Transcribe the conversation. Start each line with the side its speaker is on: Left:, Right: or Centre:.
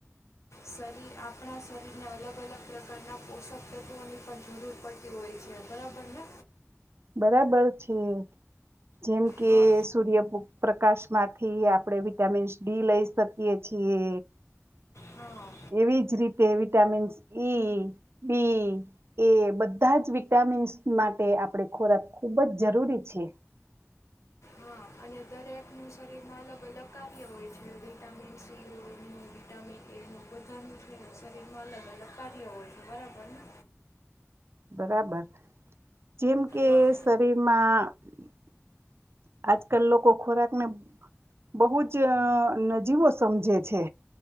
Left: શરીર આપણા શરીરને અલગ અલગ પ્રકારના પોષક તત્વોની પણ જરૂર પડતી હોય છે, બરાબર ને
Right: બરાબર છે જેમ કે
Left: હા
Right: સૂર્યભોગ પ્રકાશ માંથી આપણે વિટામિન્સ ડી લઈ શકીએ છીએ,
Left: હા
Right: એવીજ રીતે વિટામિન્સ ઈ બી એ બધા જ વિટામિન્સ માટે આપડે ખોરાક ખૂબ જ જરૂરી છે,
Left: હા અને દરેકનું શરીરમાં અલગ અલગ કાર્ય હોય છે, વિટામિન સીનું વિટામિન એનું બધાનું છે શરીરમાં અલગ અલગ કાર્ય હોય છે, બરાબરને
Right: બરાબર જેમ કે
Left: હા
Right: શરીરમાં આજકાલ લોકો ખોરાકને બહુ જ નજીવો સમજે છે